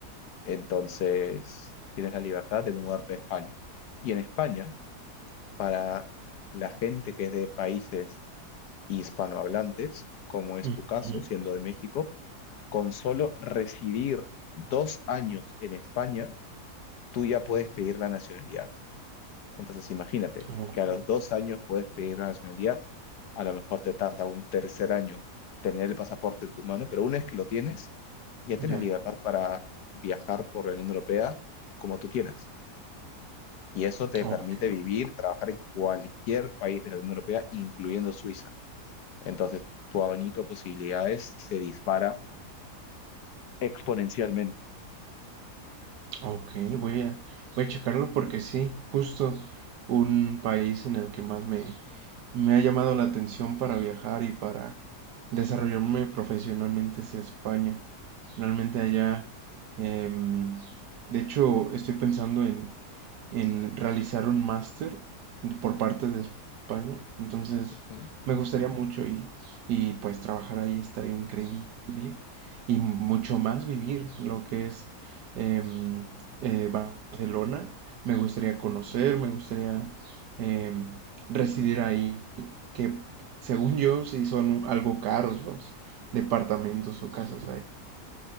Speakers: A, on the left; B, on the right.
A: Entonces, tienes la libertad de mudarte a España. Y en España, para la gente que es de países hispanohablantes, como es
B: Ujú,
A: tu caso, siendo de México, con solo residir dos años en España, tú ya puedes pedir la nacionalidad. Entonces imagínate
B: ok,
A: que a los dos años puedes pedir la nacionalidad, a lo mejor te tarda un tercer año tener el pasaporte en tu mano, pero una vez que lo tienes, ya tienes
B: Ya,
A: libertad para viajar por la Unión Europea como tú quieras. Y eso te
B: ok,
A: permite vivir, trabajar en cualquier país de la Unión Europea, incluyendo Suiza. Entonces, tu abanico de posibilidades se dispara exponencialmente.
B: ok, voy a, voy a checarlo porque sí, justo un país en el que más me, Me ha llamado la atención para viajar y para desarrollarme profesionalmente es España. Realmente allá, em, de hecho, estoy pensando en, en realizar un máster por parte de España. Entonces,
A: Ujú.
B: me gustaría mucho y, y pues trabajar ahí estaría increíble y mucho más vivir lo que es em, eh, Barcelona. Me gustaría conocer, me gustaría em, residir ahí, que según yo sí son algo caros los departamentos o casas ahí.